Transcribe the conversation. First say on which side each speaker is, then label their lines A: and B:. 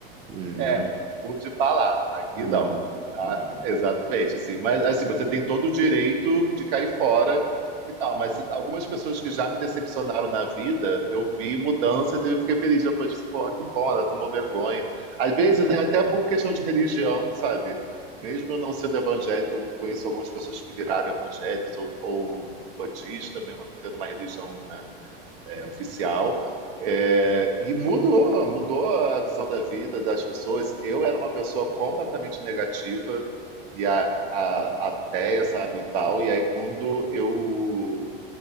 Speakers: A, on the right; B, on the right.
A: Entendeu?
B: É, mude pra lá. Aqui
A: Hum,
B: não. Tá?
A: é.
B: Exatamente, assim. Mas assim, você tem todo o direito de cair fora e tal. Mas algumas pessoas que já me decepcionaram na vida, eu vi mudanças e eu fiquei feliz depois. Disse, Porra, que bom, ela tomou vergonha. Às vezes é até por questão de religião, sabe? Mesmo eu não sendo evangélico, eu conheço algumas pessoas que viraram evangélicos ou, ou budista, mesmo não tendo uma religião, né? é, oficial. É, e mudou, mudou a visão da vida das pessoas. Eu era uma pessoa completamente negativa e a, a, ateia, sabe, e tal. E aí quando eu